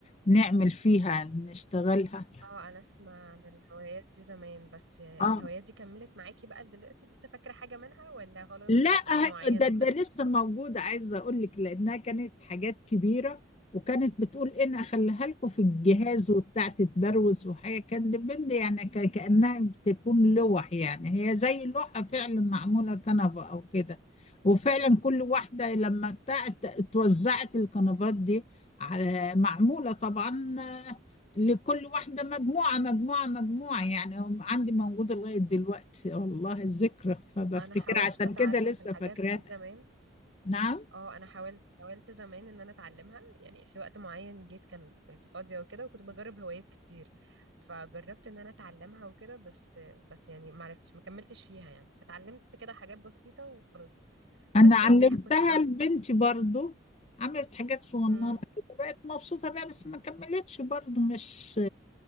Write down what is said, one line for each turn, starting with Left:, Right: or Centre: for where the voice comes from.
Left: نعمل فيها نشتغلها
Right: اه انا اسمع عن الهوايات دي زمان بس الهوايات
Left: اه
Right: دي كملت معاكي بقى دلوقتي لسه فاكرة حاجة منها ولا خلاص
Left: لا
Right: كانت وقت معين
Left: ده
Right: وخلصت
Left: ده لسه موجودة عايزة أقول لك لأنها كانت حاجات كبيرة وكانت بتقول إن أخليها لكم في الجهاز
Right: مم.
Left: وبتاع تتبروز وحاجة كان بند يعني ك- كأنها بتكون لوح يعني هي زي لوحة فعلا معمولة كنبة أو كده وفعلا كل واحدة لما بتاعت اتوزعت الكنبات دي على معمولة طبعا لكل واحدة مجموعة مجموعة مجموعة يعني هم عندي موجودة لغاية دلوقتي والله الذكرى فبفتكر
Right: انا حاولت
Left: عشان
Right: اتعلم
Left: كده لسه
Right: في الحاجات
Left: فاكراها
Right: دي زمان
Left: نعم
Right: اه انا حاولت حاولت زمان ان انا اتعلمها يعني في وقت معين جيت كان كنت فاضية وكده وكنت بجرب هوايات كتير فجربت ان انا اتعلمها وكده بس بس يعني ما عرفتش ما كملتش فيها يعني فتعلمت كده حاجات بسيطة وخلاص بس
Left: أنا علمتها
Right: يعني كنت
Left: لبنتي برضو عملت حاجات صغننة
Right: بقى
Left: كده بقت مبسوطة بيها بس ما كملتش برضو مش